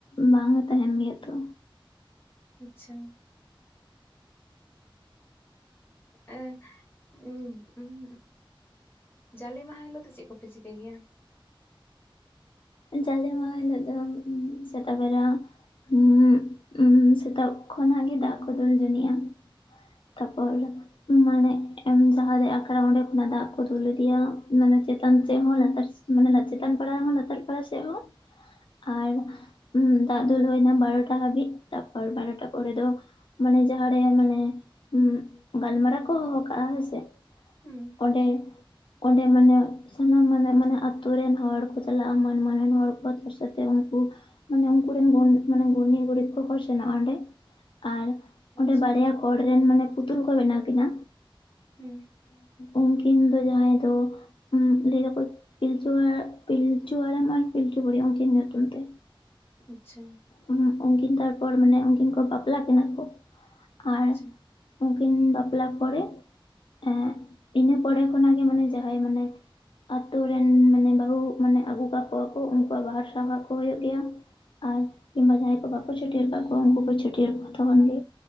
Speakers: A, on the left; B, on the left.
A: ᱵᱟᱝᱮ ᱛᱟᱦᱮᱸᱱ ᱜᱮᱭᱟ ᱛᱚ᱾
B: ᱟᱪᱪᱷᱟ᱾ ᱮᱸ ᱩᱸ ᱩᱸᱜ ᱡᱟᱞᱮ ᱢᱟᱦᱟᱸ ᱦᱤᱞᱳᱜ ᱫᱚ ᱪᱮᱜ ᱠᱚᱯᱮ ᱪᱤᱠᱟᱭ ᱜᱮᱭᱟ?
A: ᱡᱟᱞᱮ ᱢᱟᱦᱟᱸ ᱦᱤᱞᱳᱜ ᱫᱚ ᱩᱢ ᱥᱮᱛᱟᱜ ᱵᱮᱨᱟ ᱩᱸᱜ ᱩᱸ ᱥᱮᱛᱟᱜ ᱠᱷᱚᱱᱟᱜ ᱜᱮ ᱫᱟᱜ ᱠᱚ ᱫᱩᱞ ᱡᱚᱱᱤᱜᱼᱟ᱾ ᱛᱟᱯᱚᱨ ᱢᱟᱱᱮ‌ ᱮᱢ ᱡᱟᱦᱟᱸ ᱨᱮ ᱟᱠᱷᱲᱟ ᱚᱸᱰᱮ ᱠᱷᱚᱱᱟᱜ ᱫᱟᱜ ᱠᱚ ᱫᱩᱞ ᱤᱫᱤᱭᱟ ᱢᱟᱱᱮ ᱪᱮᱛᱟᱱ ᱥᱮᱫ ᱦᱚᱸ ᱞᱟᱛᱟᱨ ᱥᱮ ᱢᱟᱱᱮ ᱞᱟ ᱪᱮᱛᱟᱱ ᱯᱟᱲᱟ ᱦᱚᱸ ᱞᱟᱛᱟᱨ ᱯᱟᱲᱟ ᱥᱮᱜ ᱦᱚᱸ ᱟᱨ ᱩᱸᱢ ᱫᱟᱜ ᱫᱩᱞ ᱦᱩᱭ ᱱᱟ ᱵᱟᱨᱚᱴᱟ ᱦᱟᱹᱵᱤᱡ ᱛᱟᱯᱚᱲ ᱵᱟᱨᱚᱴᱟ ᱯᱚᱨᱮ ᱫᱚᱼᱼ ᱢᱟᱱᱮ ᱡᱟᱦᱟᱸ ᱨᱮ ᱢᱟᱱᱮ ᱩᱸᱜ ᱜᱟᱞᱢᱟᱨᱟᱣ ᱠᱚ ᱦᱚᱦᱚ ᱠᱟᱜ-ᱟ ᱦᱚᱭ ᱥᱮ᱾
B: ᱦᱩᱸ᱾
A: ᱚᱸᱰᱮ ᱚᱸᱰᱮ ᱢᱟᱱᱮ ᱥᱟᱱᱟᱢ ᱢᱟᱱᱮ ᱢᱮᱱᱟᱜ ᱟᱛᱩ ᱨᱮᱱ ᱦᱚᱲ ᱠᱚ ᱪᱟᱞᱟᱜ-ᱟ ᱢᱟᱼᱼ ᱢᱟᱱᱟᱱ ᱦᱚᱲ ᱠᱚ ᱛᱚᱨ ᱥᱚᱛᱮ ᱩᱱᱠᱩᱼᱼ ᱢᱟᱱᱮ ᱩᱱᱠᱩ ᱨᱮᱱ ᱜᱩᱱ ᱢᱟᱱᱮ ᱜᱩᱱᱤ ᱜᱩᱨᱤᱵᱽ ᱠᱚᱠᱚ ᱥᱮᱱᱚᱜ-ᱟ ᱚᱸᱰᱮ ᱟᱨᱼᱼ ᱚᱸᱰᱮ
B: ᱟᱪᱪᱷᱟ
A: ᱵᱟᱨᱭᱟ ᱠᱚᱲ ᱨᱮᱱ ᱢᱟᱱᱮ ᱯᱩᱛᱩᱞ ᱠᱚ ᱵᱮᱱᱟᱣ ᱠᱤᱱᱟ,
B: ᱦᱩᱸ
A: ᱩᱱᱠᱤᱱ ᱫᱚ ᱡᱟᱦᱟᱸᱭ ᱫᱚ ᱩᱸᱜ ᱞᱟᱹᱭ ᱫᱟᱠᱚ ᱯᱤᱞᱪᱩ ᱦᱟᱲᱟᱜ ᱯᱤᱞᱪᱩᱼᱼ ᱪᱩ ᱦᱟᱲᱟᱢ ᱟᱨ ᱯᱤᱞᱪᱩ ᱵᱩᱲᱦᱤ ᱩᱱᱠᱤᱱ ᱧᱩᱛᱩᱢ ᱛᱮ᱾
B: ᱟᱸᱪᱪᱷᱟ᱾
A: ᱚᱱᱟ ᱩᱱᱠᱤᱱ ᱛᱟᱨᱯᱚᱨ ᱢᱟᱱᱮ ᱩᱱᱠᱤᱱ ᱠᱚ ᱵᱟᱯᱞᱟ ᱠᱤᱱᱟ ᱠᱚ ᱟᱸᱨᱼᱼ
B: ᱟᱪᱪᱷᱟ
A: ᱩᱝᱠᱤᱱ ᱵᱟᱯᱞᱟ ᱯᱚᱨᱮᱼᱼ ᱦᱮ ᱸ ᱤᱱᱟᱹ ᱯᱚᱨᱮ ᱠᱷᱚᱱ ᱟᱜ ᱜᱮ ᱢᱟᱱᱮ ᱡᱟᱦᱟᱸᱭ ᱢᱟᱱᱮ ᱟᱹᱛᱳ ᱨᱮᱱ ᱢᱟᱱᱮ ᱵᱟᱹᱦᱩ ᱢᱟᱱᱮ ᱟᱹᱜᱩ ᱠᱟᱜ ᱠᱚᱣᱟ ᱠᱚ ᱩᱱᱠᱩ ᱣᱟᱜ ᱵᱟᱦᱟ ᱥᱟᱸᱦᱟ ᱠᱚ ᱦᱩᱭᱩᱜ ᱜᱮᱭᱟ ᱟᱨ ᱠᱤᱱᱵᱟ ᱡᱟᱸᱦᱟᱭ ᱠᱚ ᱵᱟᱠᱚ ᱪᱷᱟᱹᱴᱭᱟᱹᱨ ᱠᱟᱫ ᱠᱚᱣᱟ ᱩᱱᱠᱩ ᱠᱚ ᱪᱷᱟᱹᱴᱭᱟᱹᱨ ᱠᱚᱣᱟ ᱛᱚᱠᱷᱚᱱ ᱜᱮ